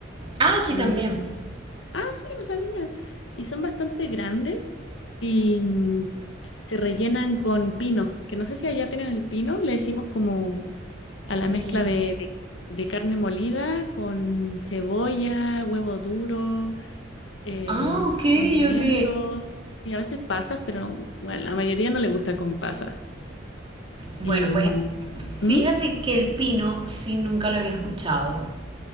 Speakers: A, on the right (about 30°); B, on the left (about 75°).
A: Ah, aquí
B: Y,
A: también.
B: ah, sí, no sabía. Y son bastante grandes y mm, se rellenan con pinos, que no sé si allá tienen el pino, le decimos como a la
A: Ni.
B: mezcla de, de de carne molida con cebolla, huevo duro. eh,
A: Ah, ok,
B: condimentos
A: ok.
B: y a veces pasas, pero bueno, la mayoría no le gusta con pasas.
A: Bueno,
B: Y,
A: pues
B: mm, ¿mm?
A: fíjate que el pino sí nunca lo había escuchado.